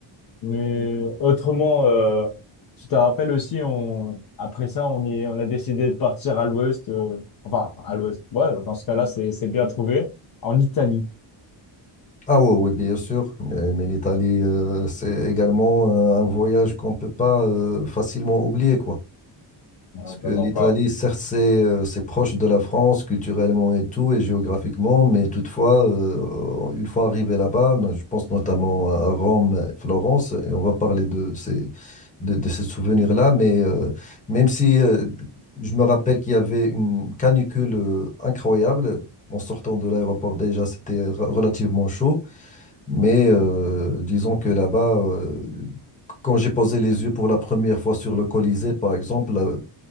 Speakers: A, on the left; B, on the left.
A: Mais autrement, euh, tu te rappelles aussi, on, après ça, on est, on a décidé de partir à l'ouest, euh, enfin, à l'ouest. Ouais, dans ce cas-là, c'est, c'est bien trouvé. En Italie.
B: Ah ouais, ouais, bien sûr. Euh, Mais l'Italie, euh, c'est également euh, un voyage qu'on ne peut pas euh, facilement oublier, quoi.
A: Ouais,
B: Parce
A: Vraiment
B: que l'Italie,
A: pas.
B: certes, c'est euh, c'est proche de la France culturellement et tout, et géographiquement, mais toutefois, euh, une fois arrivé là-bas, no- je pense notamment à Rome, Florence, et on va parler de ces, de, de ces souvenirs-là, mais euh, même si euh, je me rappelle qu'il y avait une canicule euh, incroyable, en sortant de l'aéroport déjà, c'était ra- relativement chaud, mais euh, disons que là-bas, euh, quand j'ai posé les yeux pour la première fois sur le Colisée, par exemple, là,